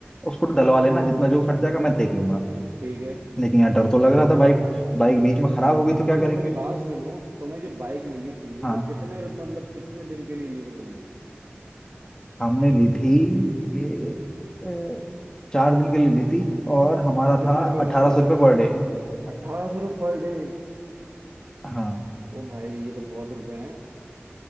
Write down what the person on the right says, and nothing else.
ठीक है
तो
मेरी बात सुनो तुम्हें जो बाइक मिली थी
वो कितने रुप- मतलब कितने दिन के लिए ली थी तुमने
कितने
रुपए में
कितने
रुपए
में
अट्ठारह सौ रुपये पर डे
ओ भाई ये तो बहुत रुपए हैं